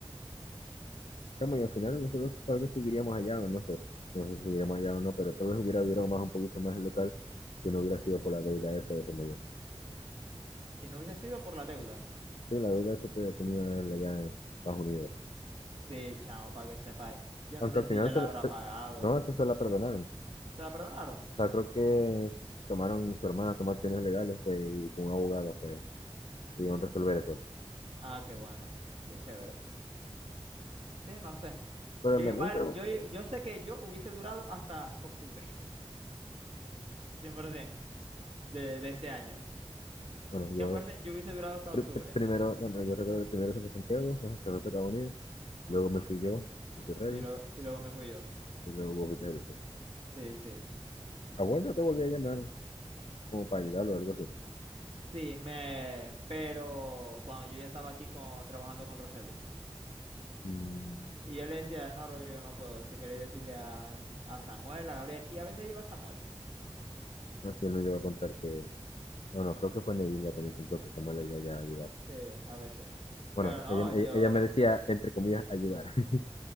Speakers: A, on the left; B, on the right.
A: Chamo, y al final nosotros tal vez seguiríamos allá, o no sé, no sé si seguiríamos allá o no, pero tal vez hubiera durado más un poquito más el local si no hubiera sido por la deuda esa de por medio.
B: si no hubiese sido por la deuda.
A: Sí, la deuda esa que tenía él allá en Estados Unidos.
B: Sí, chamo, para que sepáis. Yo no
A: Aunque
B: sé
A: al
B: si
A: final
B: ya la
A: se, la-
B: habrá
A: se-
B: pagado.
A: no, eso se la perdonaron. O
B: ¿Te la perdonaron?
A: sea, creo que tomaron, su hermana tomó acciones legales, pues, y con un abogado, pues,
B: Mm,
A: pudieron resolver eso.
B: Ah, qué bueno, qué chévere. Sí, no sé.
A: Pero
B: Yo
A: en
B: igual,
A: verdad, pero,
B: yo, yo sé que yo hubiese durado hasta octubre, <laughs> 100% de, de ese año.
A: bueno,
B: 100%
A: yo
B: yo hubiese durado hasta
A: pri-
B: octubre.
A: pri- primero, bueno, yo recuerdo que primero se fue Santiago, ¿no? se fue a Estados Unidos, luego me fui yo, fui Reddy,
B: Sí, lo- y luego me fui yo.
A: y luego vos fuiste el último.
B: Sí, sí.
A: Abuelo, te volví a llamar. como para ayudarlo o algo así.
B: Sí, me, pero cuando yo ya estaba aquí con, trabajando con Roseli.
A: Mm,
B: Y yo le decía, no, Rodrigo, no puedo. Si queréis decirle a, a Samuel, a Gabriel. Y a veces iba Samuel.
A: así él me llegó a contar que, bueno, creo que fue Neila que me contó que Samuel le iba a a ayudar.
B: Sí, a veces.
A: Bueno,
B: Pero no,
A: ella,
B: yo.
A: ella, ella me decía, entre comillas, ayudar. <laughs>